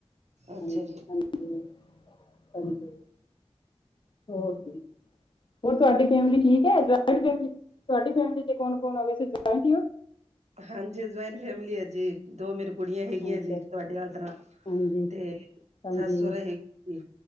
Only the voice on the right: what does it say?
ਅੱਛਾ
ਜੀ
ਹਾਂਜੀ ਜੁਆਇੰਟ ਫੈਮਲੀ ਹੈ ਜੀ, ਦੋ ਮੇਰੇ ਕੁੜੀਆਂ ਹੈਗੀਆਂ
ਜੀ ਤੁਹਾਡੇ ਆਲ ਤਰਾ
ਤੇ
ਸੱਸ ਸੋਹਰਾ ਹੈਗੇ,